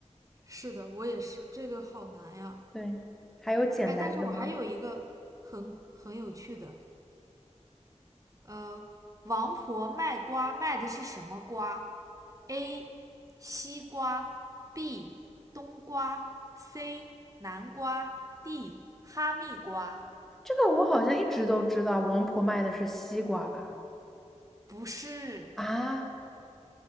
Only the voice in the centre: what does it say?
对，还有简单的吗？
这个我好像一直都知道，王婆卖的是西瓜吧？
啊，